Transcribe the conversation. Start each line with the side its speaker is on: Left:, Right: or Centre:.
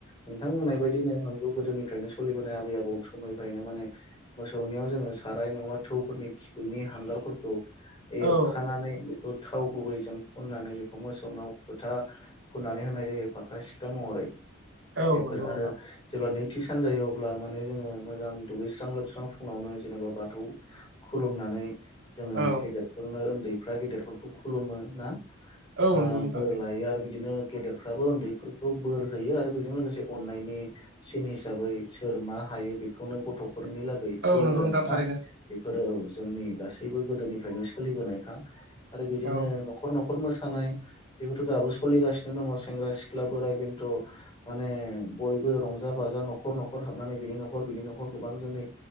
Left: नोंथां बुंनाय बायदिनो नंगौ गोदोनि फ्रायनो स'लिबोनाय आबै आबौ समनिफ्रायनो माने मोसौनियाव जोंङो साराय नङाबा थौनिफोरनि खिबुनि हांगारफोरखौ एरखानानै
Right: औ
Left: बेखौ थाव गुबैजों फुनानै हमो। ओ मोसौनाव फोथा फुननानै होनाय जायो फाख्रा सिख्रा‌ महरै।
Right: औ
Left: बेफोर
Right: नंगौ नोंथां
Left: आरो जेब्ला नैथि सानजायो अब्ला माने जोङो मोजां दुगैस्रां लोबस्रां फुङावनो जेनेबा बाथौ खुलुमनानै। जोङो
Right: औ
Left: गेदेरफोरनो उन्दैफ्रा गेदेरफोरखौ खुलुमो ना?
Right: औ
Left: आ
Right: नंगौ नोंथां
Left: बोर लायो आरो बि दिनो गेदेरफ्राबो उन्दैफोरखौ बोर होयो। आरो बेजों लोगोसे अननायनि सिन हिसाबै सोर सोर मा हायो बेखौनो गथ'फोरनि लागै होयो
Right: औ नंगौ नोंथां
Left: आरोना।
Right: थारैनो
Left: बेफोरो औ जोंनि गासैबो गोदोनिफ्रायनो सोलिबोनायखा आरो बिदिनो
Right: औ
Left: न'खर न'खर मोसानाय। बेखौथ' दाबो सोलिगासिनो दङ। सेंग्रा सिख्ला बोराय बेन्थ' माने बयबो रंज रंजा बाजा न'खर न'खर हाबनानै बिनि न'खर बिनि न'खर गोबां जोंनि